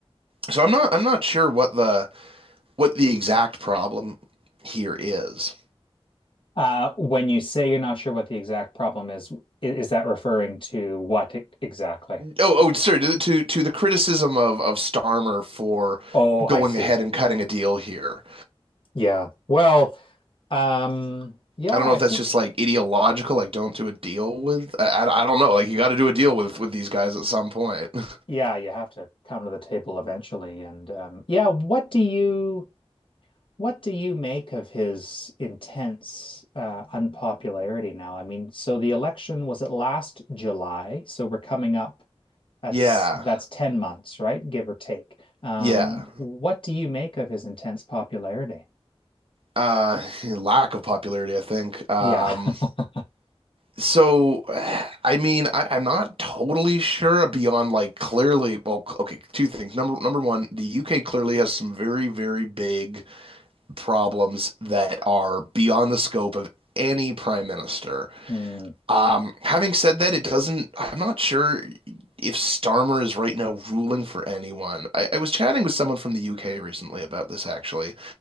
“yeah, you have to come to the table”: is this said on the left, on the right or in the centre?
Left